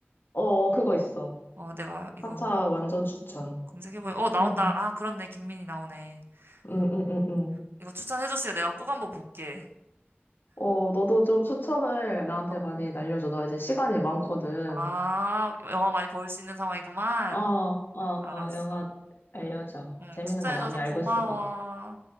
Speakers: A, on the left; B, on the right.
A: 어, 어, 그거 있어.
B: 어, 내가 이거
A: 하차
B: 한번
A: 완전 추천.
B: 검색해보니, 어, 나온다.
A: 응,
B: 아, 그렇네. 김민희 나오네.
A: 응,
B: 음,
A: 응, 응, 응.
B: 이거 추천해줬어요. 내가 꼭 한번 볼게.
A: 어, 너도 좀 추천을 나한테
B: 어,
A: 많이 날려줘. 나 이제 시간이 많거든.
B: 아, 영화 많이 볼 수 있는 상황이구만.
A: 어, 어, 어,
B: 알았어.
A: 영화 알려줘.
B: 응,
A: 재밌는
B: 추천해줘서
A: 거 많이 알고
B: 고마워.
A: 있을 것 같아.